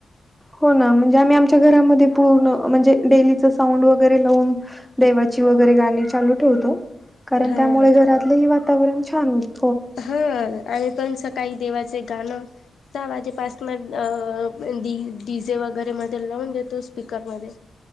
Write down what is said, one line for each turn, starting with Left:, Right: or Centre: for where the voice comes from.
Centre: हो ना म्हणजे आम्ही आमच्या घरामध्ये पूर्ण म्हणजे डेलीच साऊंड वगैरे लावून देवाची वगैरे गाणी चालू ठेवतो कारण
Left: हा
Centre: त्यामुळे घरातलेही वात वातावरण छान होत.
Left: हा.. आम्ही पण सकाळी देवाचे गाणं. सहा वाजेपासन डीजे वगैरे मध्ये लावून देतोस. स्पिकर मध्ये.